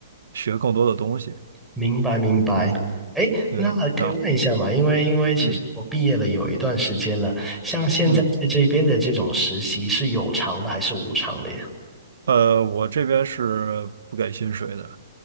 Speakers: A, on the right; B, in the centre.
A: 学更多的东西。
B: 明白明白。
A: 嗯，
B: 哎，
A: 对，
B: 那可以问一下嘛？
A: 然后
B: 因为因为其实我毕业了有一段时间了，
A: 嗯
B: 像现在在这边的这种实习是有偿的还是无偿的呀？
A: 嗯，呃，我这边是不给薪水的，